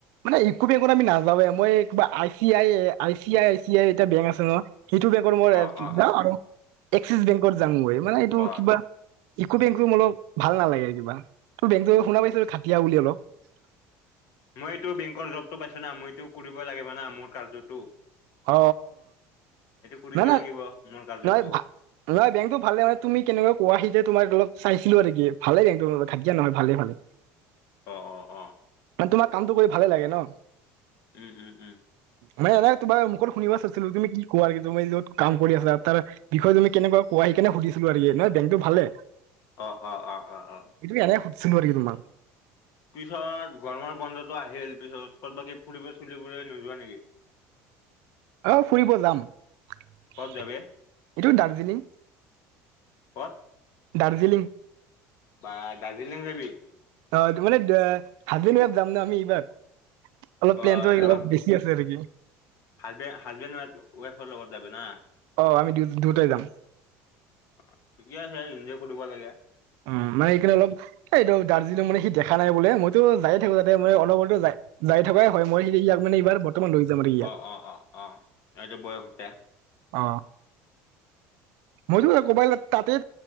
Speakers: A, on the right (about 70°); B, on the left (about 55°).
A: মানে ইউকো বেংকত আমি নাযাওঁৱ মই কিবা I C I I C I I C I এটা বেংক আছে ন সেইটো বেংকৰ মই
B: অ অ
A: যাওঁ
B: অ
A: আৰু এক্সিছ বেংকৰ যাং আৰু মানে এইটো
B: অ
A: কিবা, ইকো বেংকো অলপ ভাল নালাগে কিবা ত বেংক শুনা পাইছ খাটিয়া বুলি অলপ, <unintelligible>
B: মইতো বেংকৰ জবতটো পাইছো না মইতো কৰিব লাগিব না মোৰ কাৰ্য্যটো।
A: অ
B: কৰিবই
A: নাই না
B: লাগিব মোৰ কাৰ্যটো
A: নহয় নহয় বেংকতটো ভালে মানে তুমি কেনেকুৱা কোৱাহি যে তোমাৰ লগত চাইছিলো আৰু কি ভালে ঘাটিয়া নহয় ভালে ভালে
B: অ অ অ
A: মানে তোমাৰ কামটো কৰি ভালে লাগে ন?
B: উম উম উম।
A: মানে এনে তোমাৰ মুখত শুনিব চাইছিলো তুমি কি কোৱা কিন্তু যত কাম কৰি আছা তাৰ বিষয় তুমি কেনেুৱা কোৱা সেইকাৰণে সুধিছিলো। নহয় বেংটো ভালে
B: অ অ অ অ অ
A: এইটো এনে সুধিছো আৰু কি তোমাক
B: পিছত গৰমৰ বন্ধতটো আহিল পিছত ক'ত বাকী ফুৰিব চুলিবলৈ নোযোৱা নেকি?
A: অ ফুৰিব যাম। এইটো
B: ক'ত যাবি
A: দাৰ্জিলিং
B: কত?
A: দাৰ্জিলিং।
B: বা দাৰ্জিলিং যাবি!
A: অ মানে হাজবেণ্ড ৱাইফ যাম ন আমি এইবাৰ। অলপ
B: অ
A: প্লেনটো
B: লগত
A: অলপ বেছি আছে আৰু কি
B: হাজবে হাজবেণ্ড ৱাইফৰ লগত যে না!
A: অ আমি দুয়োটাই যাম।
B: অ ঠিকে আছে ইনজয় কৰিব লাগে।
A: উম মানে সেইকাৰণ অলপ এইটো দাৰ্জিলিঙং মানে সি দেখা নাই বোলে মইতো যায়ে থাকো যাতে ম অলপ হলো যায়। যাই থকাই হয় মই সেই ইয়াক মানে এইবাৰ বৰ্তমান লৈ যাম আৰু ইয়াত
B: অ অ অ অ এইটো বয়সতে।
A: অ মইতো ক কবাই তাতেই